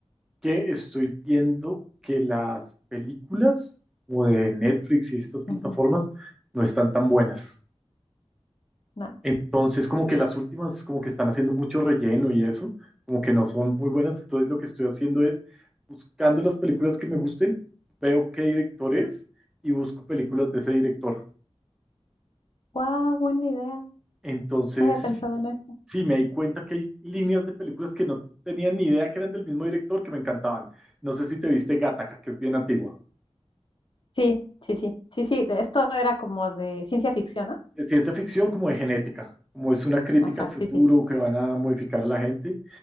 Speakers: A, in the centre; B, on the left.
A: Que estoy viendo que las películas como de Netflix y estas plataformas
B: Ujú.
A: no están tan buenas.
B: No.
A: Entonces, como que las últimas, como que están haciendo mucho relleno y eso, como que no son muy buenas. Entonces, lo que estoy haciendo es buscando las películas que me gusten, veo qué director es y busco películas de ese director.
B: Wow, buena idea.
A: Entonces,
B: No había
A: sí,
B: pensado en eso.
A: sí, me di cuenta que hay líneas de películas que no tenía ni idea que eran del mismo director que me encantaban. No sé si te viste Gattaca, que es bien antigua.
B: Sí, sí, sí, sí, sí, esto era como de ciencia ficción, ¿no?
A: De ciencia ficción como de genética, como es una crítica
B: Ajá,
A: al futuro
B: sí, sí.
A: que van a modificar a la gente